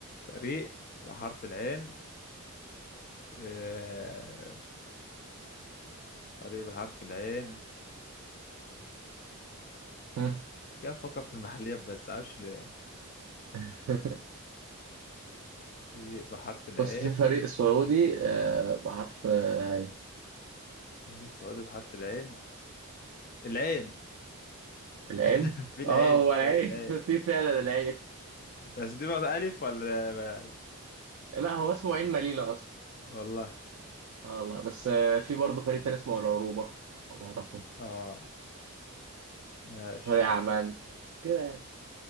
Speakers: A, on the left; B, on the right.
A: فريق بحرف العين آه، فريق بحرف العين
B: مم.
A: مش كده افكر في المحليات بس معرفش ليه
B: <laughs>
A: فريق بحرف العين
B: بص في فريق سعودي آه بحرف آه، عين
A: فريق سعودي بحرف العين العين
B: العين
A: <laughs> في العين
B: اه هو العين
A: فريق العين
B: <laughs> في فعلا العين
A: بس دي بقى ألف ولا
B: لا هو اسمه عين مليلة اصلا
A: والله
B: اه والله بس آه في برضه فريق تاني اسمه العروبة لو تعرفه
A: اه ماشي
B: فريق عمان
A: طب
B: كده يعني.